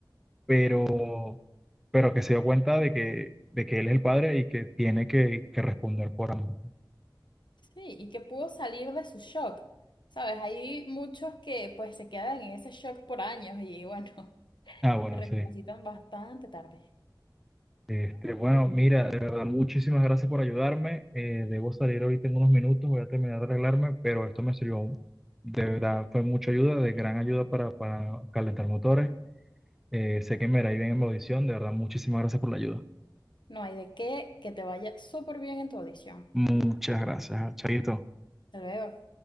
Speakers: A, in the centre; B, on the left.
A: pero, pero que se dio cuenta de que, de que él es el padre y que tiene que, que responder por ambos.
B: Sí, y que pudo salir de su shock. Sabes, hay muchos que pues se quedan en ese shock por años y bueno, <laughs>
A: Ah, bueno,
B: recapacitan
A: sí.
B: bastante tarde.
A: Este, bueno, mira, de verdad, muchísimas gracias por ayudarme. Eh, debo salir ahorita en unos minutos, voy a terminar de arreglarme, pero esto me sirvió, de verdad, fue mucha ayuda, de gran ayuda para, para calentar motores. Eh, sé que me irá bien en mi audición. De verdad, muchísimas gracias por la ayuda.
B: No hay de qué que te vaya súper bien en tu audición.
A: Muchas gracias, Chaito.
B: Hasta luego.